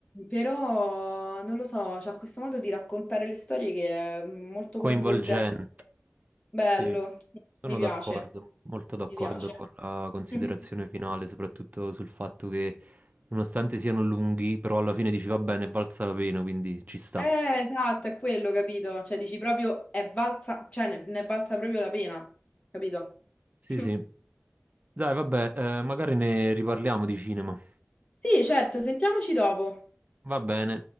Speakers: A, on the left; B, on the right.
A: però non lo so, c'ha questo modo di raccontare le storie che è molto
B: coinvolgente.
A: coinvolgente. Bello,
B: Sì, sono
A: mi piace,
B: d'accordo, molto d'accordo
A: mi piace.
B: con la considerazione
A: <laughs> Mhm.
B: finale, soprattutto sul fatto che, nonostante siano lunghi, però alla fine dici va bene, è valsa la pena, quindi ci sta.
A: Eh, esatto, è quello, capito? Cioè, dici proprio, è valsa, cioè, ne, ne è valsa proprio la pena, capito?
B: Sì,
A: <laughs>
B: sì. Dai, vabbè, eh, magari ne riparliamo di cinema.
A: Sì, certo, sentiamoci dopo.
B: Va bene.